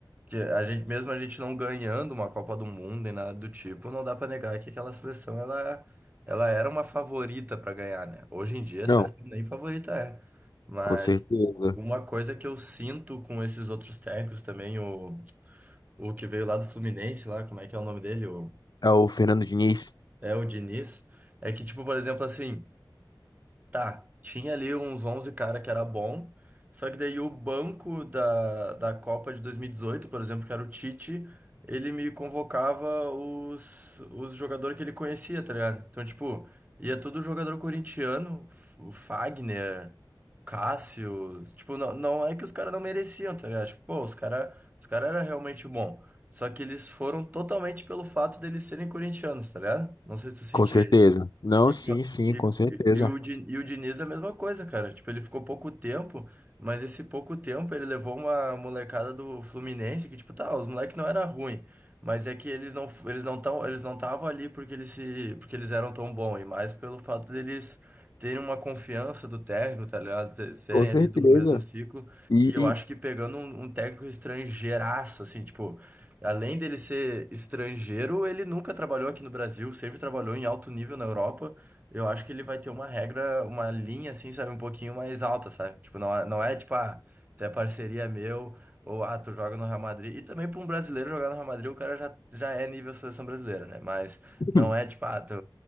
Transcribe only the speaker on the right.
Que a gente, mesmo a gente não ganhando uma Copa do Mundo nem nada do tipo, não dá pra negar que aquela seleção ela, ela era uma favorita pra ganhar, né? Hoje em dia
a seleção nem favorita é. Mas
uma coisa que eu sinto com esses outros técnicos também, o, o que veio lá do Fluminense, lá, como é que é o nome dele? O,
é o Diniz. É que, tipo, por exemplo, assim. Tá, tinha ali uns 11 cara que era bom, só que daí o banco da, da Copa de 2018, por exemplo, que era o Tite, ele me convocava os, os jogadores que ele conhecia, tá ligado? Então, tipo, ia todo jogador corintiano, F- o Fagner, Cássio, tipo, não, não é que os caras não mereciam, tá ligado? Tipo, pô, os caras os cara eram realmente bom, só que eles foram totalmente pelo fato deles serem corintianos, tá ligado? Não sei se tu sentia
e,
e-
e- e o, Di- e o Diniz é a mesma coisa, cara. Tipo, ele ficou pouco tempo, mas esse pouco tempo ele levou uma molecada do Fluminense que, tipo, tá, os moleques não era ruim, mas é que eles não, f- eles não tão, eles não estavam ali porque eles se, porque eles eram tão bons, e mais pelo fato deles terem uma confiança do técnico, tá ligado? Te- Serem
ali do mesmo ciclo.
E eu acho que pegando um, um técnico estrangeiraço, assim, tipo, Além dele ser estrangeiro, ele nunca trabalhou aqui no Brasil, sempre trabalhou em alto nível na Europa. Eu acho que ele vai ter uma regra, uma linha assim, sabe, um pouquinho mais alta, sabe? Tipo, não, é- não é tipo, ah, tu é parceria meu, ou ah, tu joga no Real Madrid. E também pra um brasileiro jogar no Real Madrid, o cara já, já é nível seleção brasileira, né? Mas
não é tipo, ah, tu,